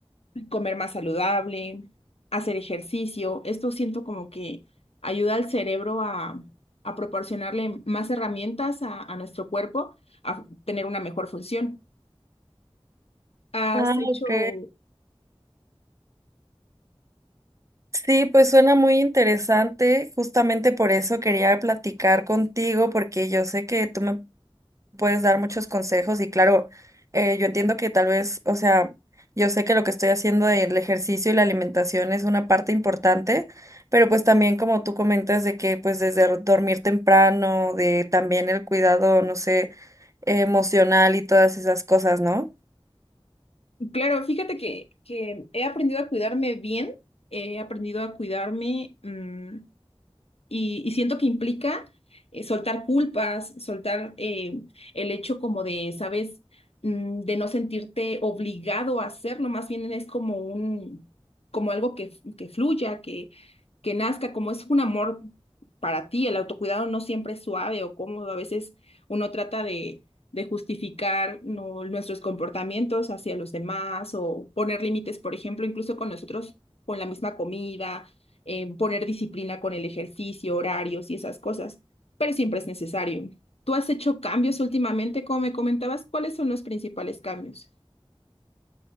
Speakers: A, on the left (about 80°); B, on the right (about 30°).
A: comer más saludable, hacer ejercicio. Esto siento como que ayuda al cerebro a, a proporcionarle más herramientas a, a nuestro cuerpo a tener una mejor función. Has
B: Ah,
A: hecho,
B: ok. Sí, pues suena muy interesante. Justamente por eso quería platicar contigo, porque yo sé que tú me puedes dar muchos consejos y claro, eh, yo entiendo que tal vez, o sea, yo sé que lo que estoy haciendo del ejercicio y la alimentación es una parte importante, pero pues también como tú comentas de que pues desde r- dormir temprano, de también el cuidado, no sé, emocional y todas esas cosas, ¿no?
A: claro, fíjate que, que he aprendido a cuidarme bien, he aprendido a cuidarme. mm, y, y siento que implica eh, soltar culpas, soltar eh, el hecho como de, ¿sabes? Mm, de no sentirte obligado a hacerlo, más bien es como un, como algo que, que fluya, que, que nazca, como es un amor para ti, el autocuidado no siempre es suave o cómodo, a veces uno trata de, de justificar no, nuestros comportamientos hacia los demás o poner límites, por ejemplo, incluso con nosotros, con la misma comida eh, poner disciplina con el ejercicio, horarios y esas cosas, pero siempre es necesario. ¿Tú has hecho cambios últimamente, como me comentabas? ¿Cuáles son los principales cambios?